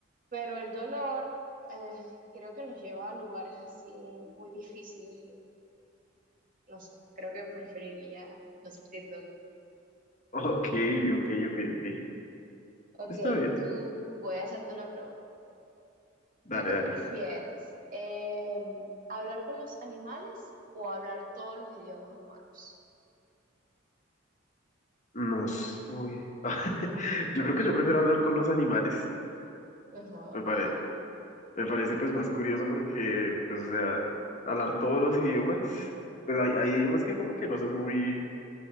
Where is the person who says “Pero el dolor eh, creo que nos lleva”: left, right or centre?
Right